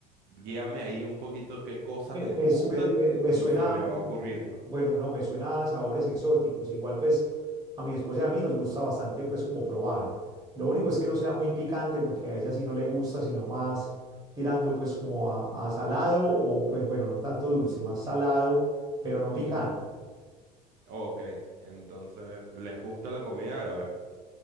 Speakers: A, on the right; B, on the right.
A: guíame ahí un poquito qué cosas
B: Me,
A: les
B: me
A: gustan
B: su- me- me- me
A: y
B: suena,
A: se me
B: mm,
A: va ocurriendo.
B: bueno, no, me suena a sabores exóticos. Igual pues a mi esposa y a mí nos gusta bastante pues como probar. Lo único es que no sea muy picante porque a ella sí no le gusta, sino más tirando pues como a, a salado o pues bueno, no tanto dulce, más salado, pero no
A: Ujú.
B: picante.
A: Ok, entonces, ¿les gusta la comida árabe?